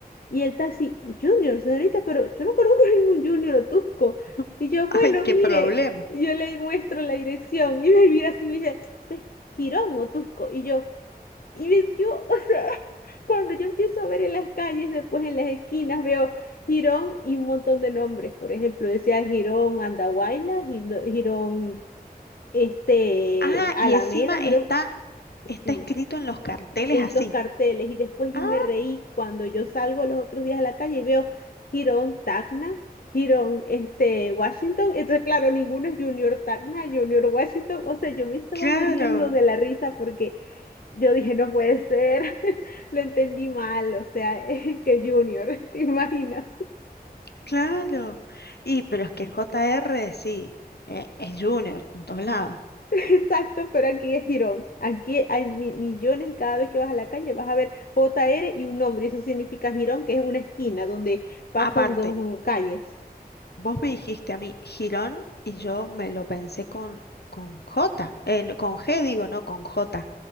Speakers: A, on the left; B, on the left.
A: Y el taxi, Junior, señorita, pero yo no conozco <laughs> ningún Junior o Tusco.
B: <laughs>
A: Y yo,
B: ay,
A: bueno,
B: qué
A: mire,
B: problema.
A: y yo le muestro la dirección y me mira así y me dice, "Este es Girón o Tusco. Y yo, y me, yo, <laughs> Cuando yo empiezo a ver en las calles, después en las esquinas, veo Girón y un montón de nombres. Por ejemplo, decía Girón Andahuaylas, Gindo- Girón este,
B: Ah,
A: Alameda,
B: y encima
A: Girón,
B: está,
A: sí,
B: está escrito en los carteles
A: en
B: así.
A: los carteles. Y después yo
B: Ah,
A: me reí cuando yo salgo los otros días a la calle y veo Girón Tacna, Girón este, Washington. Entonces, claro, ninguno es Junior Tacna, Junior Washington. O sea, yo me estaba
B: claro,
A: muriendo de la risa porque yo dije, no puede ser, <laughs> lo entendí mal, o sea, <laughs> que Junior, ¿te imaginas?
B: claro. Y pero es que J R sí, eh, es Junior en todos lados.
A: <laughs> Exacto, pero aquí es Girón. Aquí hay mi- millones y cada vez que vas a la calle vas a ver J R y un nombre, y eso significa Girón, que es una esquina donde pasan
B: Aparte,
A: dos uh, calles.
B: vos me dijiste a mí Girón y yo me lo pensé con, con J, eh, con G digo, no, con J,